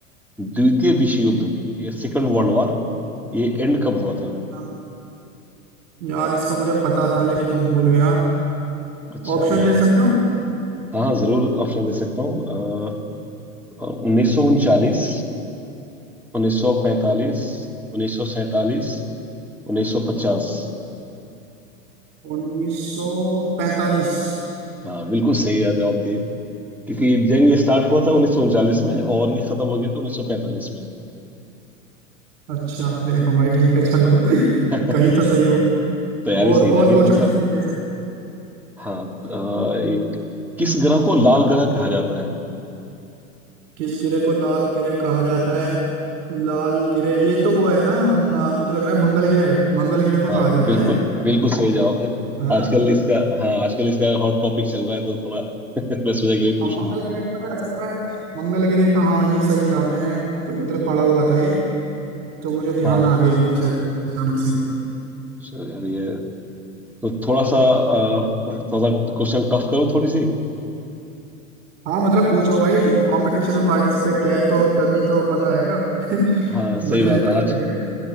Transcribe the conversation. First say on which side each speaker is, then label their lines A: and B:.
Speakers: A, in the centre; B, on the right.
A: द्वितीय विश्व युद्ध ये सेकंड वर्ल्ड वॉर ये एंड कब हुआ था
B: हाँ, यार इसका मुझे पता था लेकिन मैं भूल गया
A: अच्छा
B: ऑप्शन
A: मैं
B: दे सकते हो
A: हाँ हाँ जरूर ऑप्शन दे सकता हूँ उन्नीस सौ उनचालीस उन्नीस सौ पैंतालीस उन्नीस सौ सैंतालीस उन्नीस सौ पचास
B: उन्नीस सौ पैंतालीस
A: हाँ बिल्कुल सही है जवाब दिए क्योंकि जंग ये स्टार्ट हुआ था उन्नीस सौ उनचालीस में और ये खत्म हो गया था उन्नीस सौ पैंतालीस में
B: अच्छा देखो भाई ठीक है चलो <laughs>
A: <laughs> तैयारी
B: कहीं तो सही हो और
A: सही
B: और
A: जा रही
B: पूछो
A: है मतलब
B: इस तरीके से।
A: हाँ अ, एक किस ग्रह को लाल ग्रह कहा जाता है
B: किस गिरे को लाल गिरह कहा जाता है लाल गिरह ये तो वो है ना अ, मुझे लग रहा है मंगल गिरह मंगल गिरह को
A: हाँ
B: कहा जाता
A: बिल्कुल
B: है
A: बिल्कुल सही जवाब है
B: है
A: आजकल
B: ना
A: इसका हाँ आजकल इसका हॉट टॉपिक चल रहा है तो थोड़ा <laughs> मैं सोचा कि वही
B: हाँ,
A: पूछ
B: मंगल
A: लूँ
B: गिरह पर असल में मंगल गिरह का हाँ ये सही था मैंने मतलब पढ़ा हुआ था ये तो मुझे ध्यान
A: हाँ
B: आ गया एकदम से अचानक से
A: चलो यार ये तो थोड़ा सा अ, थोड़ा सा क्वेश्चन टफ करूँ थोड़ी सी
B: हाँ मतलब पूछो भाई कंपटीशन में पार्टिसिपेट किया है तो तभी तो मजा आएगा <laughs> मुझे
A: हाँ सही बात
B: भी
A: है
B: पता
A: आज
B: लगेगा